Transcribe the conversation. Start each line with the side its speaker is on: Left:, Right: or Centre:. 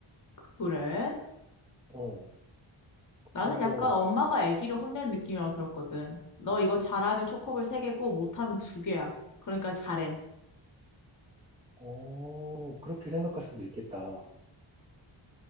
Left: 그래?
Right: 어,
Left: 나는
Right: 그래서,
Left: 약간 엄마가 아기를 혼낸 느낌이라고 들었거든. 너 이거 잘하면 초코볼 세개고 못하면 두개야 그러니까 잘해.
Right: 어, 그렇게 생각할 수도 있겠다.